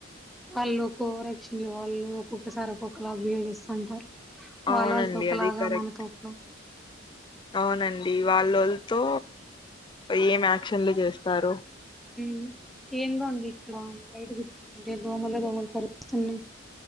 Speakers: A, in the centre; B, on the left.
A: వాళ్ళు ఒక్క ఓవర్ యాక్షన్ లే వాళ్ళు ఒక్కొక్కసారి ఒక్కొక్కలా బిహేవ్ చేస్తుంటారు వాళ్ళ
B: అవునండి
A: వాళ్ళతో ఓకలాగా
B: అది కరెక్ట్
A: మనతో ఒకలాగా
B: అవునండి వాళ్ళోల్తో ఏం యాక్షన్లు చేస్తారు
A: మ్ ఏందో అండి ఇక్కడ వైడుగు దోమలే దోమలు సరుస్తున్నాయ్